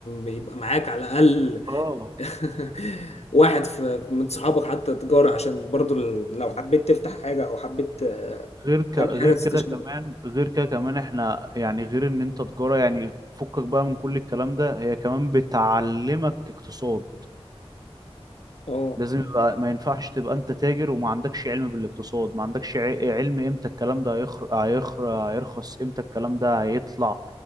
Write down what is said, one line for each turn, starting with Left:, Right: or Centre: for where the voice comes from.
Left: يبقى معاك على الاقل
Right: اه
Left: <laughs> واحد في من صحابك حتى تجاري عشان برضو ال- لو حبيت تفتح حاجة او حبيت آه،
Right: غير ك...
Left: تعمل
Right: غير
Left: حاجة تستشير
Right: كده كمان غير كده كمان احنا يعني غير ان انت تجارة يعني فكك بقى من كل الكلام ده هي كمان بتعلمك اقتصاد
Left: اه
Right: لازم يبقى ما ينفعش تبقى انت تاجر وما عندكش علم بالاقتصاد ما عندكش ع- علم امتى الكلام ده هيخر... هيخر... هيرخص امتى الكلام ده هيطلع